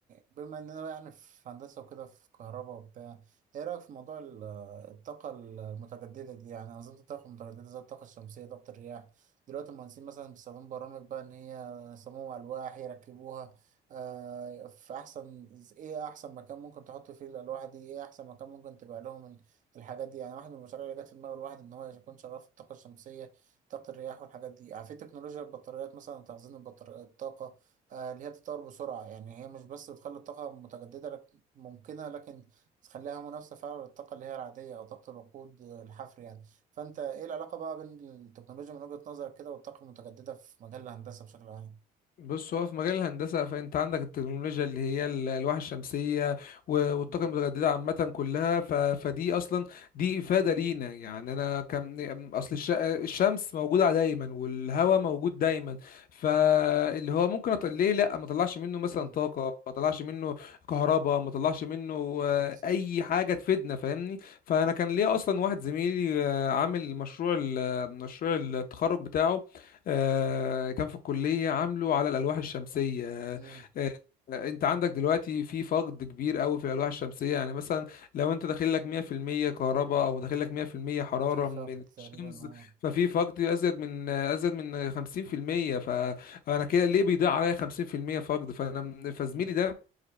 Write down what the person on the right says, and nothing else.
بما اننا بقى يعني في هندسه وكده في كهرباء وبتاع ايه رايك في موضوع ال- الطاقه المتجدده دي يعني انظمه الطاقه المتجدده زي الطاقه الشمسيه طاقه الرياح دلوقتي المهندسين مثلا بيستخدموا برامج بقى ان هي يصمموا الواح يركبوها آه في احسن ايه احسن مكان ممكن تحط فيه الالواح دي ايه احسن مكان ممكن تبقى لهم الحاجات دي يعني واحد من المشاريع اللي جت في دماغ الواحد ان هو يكون شغال في الطاقه الشمسيه طاقه الرياح والحاجات دي يعني في تكنولوجيا البطاريات مثلا تخزين البطار... الطاقه آه اللي هي بتتطور بسرعه يعني هي مش بس بتخلي الطاقه متجدده لك ممكنه لكن بتخليها منافسه فعلا للطاقه اللي هي العاديه او طاقه الوقود آه، الحفر يعني فانت ايه العلاقه بقى بين التكنولوجيا من وجهه نظرك كده والطاقه المتجدده في مجال الهندسه بشكل عام
مم.
مم.
بالظبط
مم.
شايف
فقد تقريبا
اه
مم.